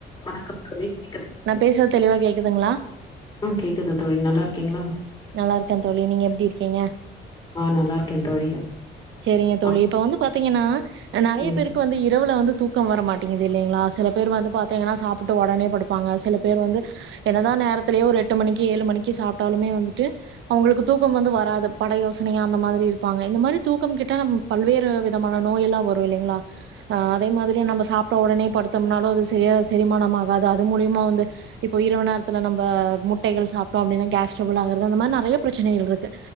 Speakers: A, on the left; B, on the right.
A: வணக்கம் தோழி கேக்குதா
B: நா பேசுறது தெளிவா கேக்குதுங்களா
A: அ கேக்குது தோழி நல்லா இருக்கீங்களா
B: நல்லா இருக்க தோழி நீங்க எப்டி இருக்கீங்க
A: அ நல்லா இருக்க தோழி
B: சேரிங்க தோழி
A: ஆ
B: இப்ப வந்து பாத்தீங்கன்னா நறைய
A: ம்.
B: பேருக்கு வந்து இரவுல வந்து தூக்கம் வர மாட்டேங்குது இல்லங்களா சில பேர் வந்து பாத்தீங்கன்னா சாப்ட்டு உடனே படுப்பாங்க சில பேர் வந்து என்ன தா நேரத்திலயே ஒரு எட்டு மணிக்கு ஏழு மணிக்கு சாப்ட்டாலுமே வந்துட்டு அவங்களுக்கு தூக்கம் வந்து வராது பல யோசனையா அந்த மாரி இருப்பாங்க இந்த மாரி தூக்கம் கெட்டா நம் பல்வேறு விதமான நோய் எல்லா வரும் இல்லைங்களா அதே மாதரி நம்ம சாப்ட்ட உடனே படுத்து ம்னாலு அது சரியா செரிமானமாக அது அது மூலியமா வந்து இப்ப இரவு நேரத்துல நம்ம முட்டைகள் சாப்ட்டோ அப்டின்னா கேஸ் ட்ரபுள் ஆகுறது அந்த மாரி நறையா பிரச்சனைகள் இருக்கு